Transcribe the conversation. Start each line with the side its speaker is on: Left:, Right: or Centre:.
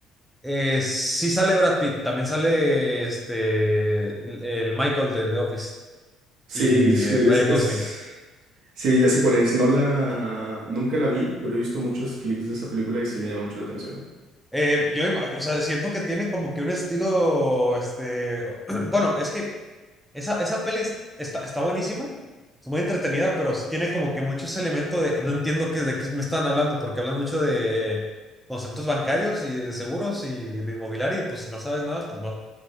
Centre: Eh, sí sale Brad Pitt, también sale este el el Michael de The Office
Right: Sí,
Centre: y
Right: sí,
Centre: eh, Ryan
Right: es, es,
Centre: Gosling.
Right: sí, ya sé cuál es. No la, nunca la vi, pero he visto muchos clips de esa película y sí me llama mucho la atención.
Centre: Eh, yo imagino, o sea, siento que tiene como que un estilo, este, <clears throat> bueno, es que Esa, esa peli es- está, está buenísima, es muy entretenida, pero sí tiene como que muchos elementos de, no entiendo qué, de qué me están hablando, porque hablan mucho de conceptos bancarios y de seguros y de inmobiliario, y pues si no sabes nada, pues no,